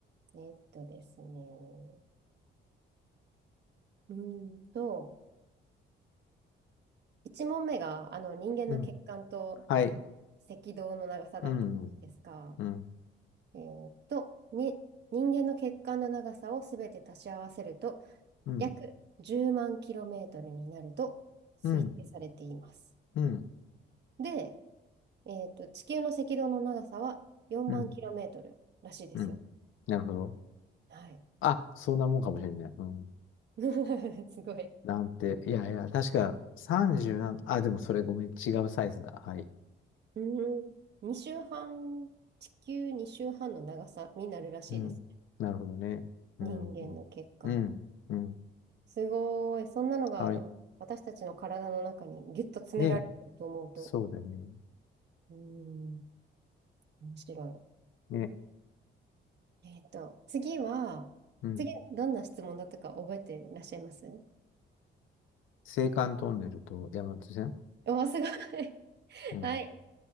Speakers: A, on the right (about 60°); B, on the left (about 80°).
A: えっとですね。うーんと、1問目が、あの、人間の血管と
B: うん。はい。
A: 赤道の長さだったんですが、
B: うん。うん。
A: えっと、に、人間の血管の長さをすべて足し合わせると、
B: うん。
A: 約10万キロメートルになると推定されています。
B: うん。うん。
A: で、えっと、地球の赤道の長さは4万キロメートルらしいですよ。
B: うん。うん。なるほど。
A: はい。
B: あ、そんなもんかもしれない。うん。
A: <laughs> すごい。
B: なんて、いやいや、確か30な、あ、でもそれごめん、違うサイズだ。はい。
A: うん。2週半、地球2週半の長さになるらしいですね。
B: うん。なるほどね。うん。
A: 人間の血管。
B: うん。うん。うん
A: すごい。そんなのがな私たちの体の中にギュッと詰められてると思うと。
B: はい。で、そうだよね。
A: うん。面白
B: ね。
A: い。えっと、次は、
B: うん。
A: 次、どんな質問だったか覚えていらっしゃいます
B: 青函トンネルと山手線
A: おー、すごい。<laughs>
B: うん。
A: はい。